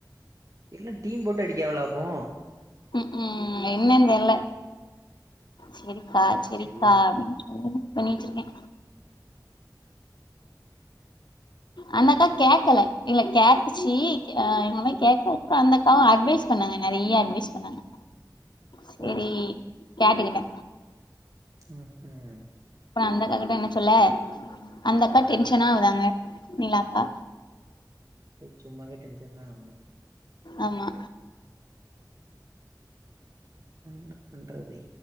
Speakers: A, on the right; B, on the left.
A: எல்லா டீம் போட்டு அடிக்காவலா அப்போ
B: ம் ம் என்னன் தெர்ல செரி கா
A: அச்சச்சோ
B: செரிக்கா அப்டின் சொல்லி இது பண்ணி வச்சிருக்கே அந்தக்கா கேக்கல இல்ல கேட்டுச்சி ஆ எங்களமேரி கேக்கல அப்புறொ அந்தக்காவு அட்வைஸ் பண்ணாங்க நெறைய அட்வைஸ் பண்ணாங்க செரி
A: ஓ
B: கேட்டுக்கிட்ட
A: ம் ம்
B: அப்பறொ அந்தக்கா கிட்ட என்ன சொல்ல அந்தக்கா டென்ஷனா ஆவுறாங்க நிலா அக்கா
A: அது சும்மாவே டென்ஷன் தா ஆகூ
B: ஆமா
A: என்ன பண்றதே